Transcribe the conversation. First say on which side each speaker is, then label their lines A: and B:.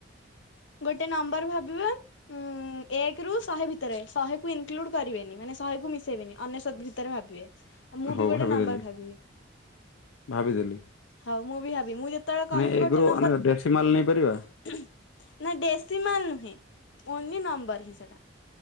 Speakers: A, on the left (about 70°); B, on the left (about 80°).
A: ଗୋଟେ ନମ୍ବର ଭାବିବ? ଉଁ ଏକ ରୁ ଶହେ ଭିତରେ ଶହେକୁୁ ଇନକ୍ଲୁଡ କରିବେନି ମାନେ ଶହେ କୁ ମିଶେଇ ବେନି ଅନେସୋତ୍ ଭିତରେ ଭାବିବେ? ଆ ମୁଁ
B: ହଉ
A: ବି ଗୋଟେ
B: ଭାବିଦେଲି
A: ନମ୍ବର ଭାବିବି
B: ଭାବିଦେଲି।
A: ହଉ ମୁଁ ବି ଭାବିବି ମୁଁ। ଯେତେବେଳେ
B: ମାନେ
A: କହିବି
B: ଏକରୁ
A: ଗୋଟେ ନମ୍ବର।
B: ମାନେ ଦେଶୀ ମାଲ ନେଇପାରିବା
A: ନା ଡେସି ମାଲ ନୁହେଁ ଓନ୍ଲି ନମ୍ବର ହିଁ ସେଟା।